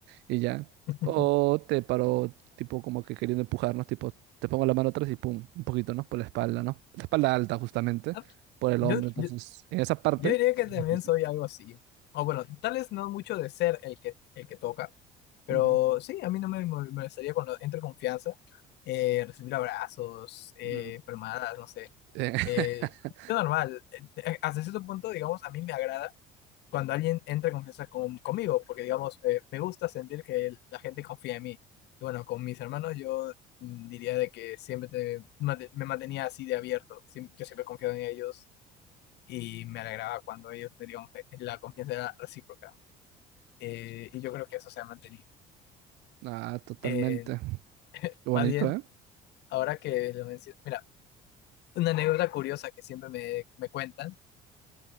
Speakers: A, on the right (about 80°); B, on the left (about 70°).
A: Y ya.
B: <laughs>
A: O te paró, tipo, como que queriendo empujarnos, tipo, te pongo la mano atrás y pum, un poquito, ¿no? Por la espalda, ¿no? La espalda alta, justamente,
B: Ah,
A: por el
B: Yo,
A: hombro. Entonces,
B: yo,
A: en esa parte.
B: yo diría
A: Es
B: que también
A: muy difícil.
B: soy algo así. O bueno, tal vez no mucho de ser el que, el que toca, pero
A: Ujú.
B: sí, a mí no me mol- molestaría cuando entre confianza, eh, recibir abrazos, eh,
A: Mm.
B: palmadas, no sé.
A: Eh,
B: Eh,
A: <laughs>
B: yo normal, eh, eh, hasta cierto punto, digamos, a mí me agrada. cuando alguien entra en confianza con- conmigo, porque digamos, eh, me gusta sentir que el- la gente confía en mí. Y bueno, con mis hermanos yo mm, diría de que siempre te- mate- me mantenía así de abierto, Siem- yo siempre confiaba en ellos y me alegraba cuando ellos me dieron eh, la confianza era recíproca. Eh, y yo creo que eso se ha mantenido.
A: ah, totalmente.
B: Eh,
A: Qué
B: más
A: bonito,
B: bien,
A: ¿eh?
B: ahora que lo menciono, mira, una anécdota curiosa que siempre me, me cuentan